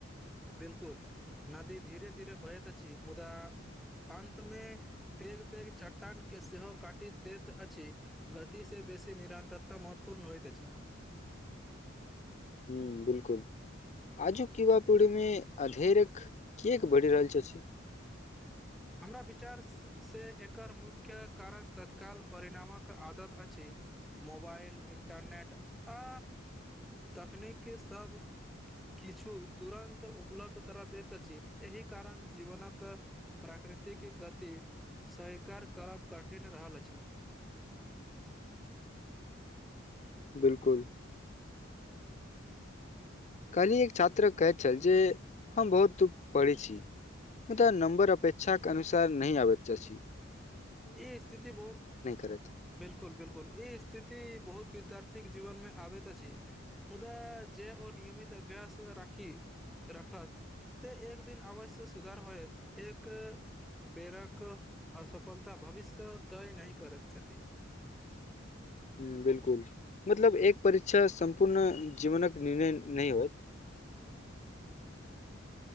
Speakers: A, in the centre; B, on the left.
A: बिल्कुल नदी धीरे धीरे बहैत अछि छी मुदा अन्त में पेग पेग चट्टान के सेहो काटि दैत अछि गति से बेसी निरन्तरता महत्वपूर्ण होइत अछि
B: हूँ बिल्कुल आजुक युवा पीढ़ी में अधेरख किएक बढ़ि रहल छै
A: हमरा विचार से एकर मुख्य कारण तत्काल परिणामक आदत अछि मोबाइल इंटरनेट आ तकनीकी सब किछु तुरन्त उपलब्ध करा दैत अछि एहि कारण जीवनकक प्राकृतिक गति स्वीकार करब कठिन रहल अछि
B: बिल्कुल कहली एक छात्र कहैत छल जे हम बहुत पढ़ै छि मलब नम्बर अपेक्षाक के अनुसार नही आबै चा छि
A: ई स्थिति बहुत
B: करत
A: बिल्कुल बिल्कुल ई स्थिति बहुत विद्यार्थीक के जीवन मे आबैत अछि मुदा जे ओ नियमित अभ्यास आओर राखी रखत ते एक दिन आवश्य सुधार होयत एक बेरक असफलता भविष्य तय नहि करैत छथि
B: ह बिल्कुल मतलब एक परीक्षा सम्पूर्ण जीवनक निर्णय नहि होइत